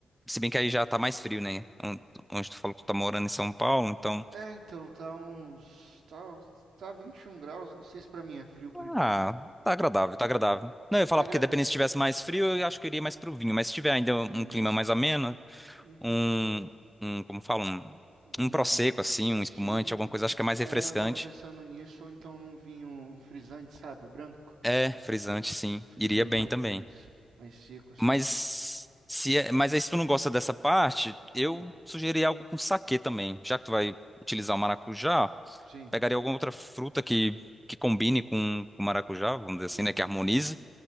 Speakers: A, in the centre; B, on the right.
A: Se bem que aí já tá mais frio, né? On- Onde tu falou que tu tá morando em São Paulo, então.
B: É, então, tá uns... Tá, uns- tá 21 graus, não sei se pra mim é frio por enquanto.
A: Ah, tá agradável, tá agradável. Não, eu ia falar
B: Tá agradável.
A: porque dependendo se tivesse mais frio, eu acho que eu iria mais pro vinho. Mas se tiver ainda um
B: Sim,
A: clima mais ameno,
B: uhum.
A: um. um como fala? Um,
B: um
A: um prosecco, assim, um espumante,
B: sim.
A: alguma coisa, acho que é mais
B: É,
A: refrescante.
B: eu tava pensando nisso, ou então num vinho um frisante, sabe? O branco.
A: É, frisante, sim.
B: Um frisante,
A: Iria bem
B: ele
A: também.
B: mais, mais seco, assim.
A: Mas se é- mas aí se tu não gosta dessa parte, eu
B: Hum,
A: sugeri algo com saquê também. Já que tu vai utilizar o maracujá,
B: sim.
A: pegaria alguma outra fruta que que combine com o maracujá, vamos dizer assim,
B: Hum,
A: né, que harmonize.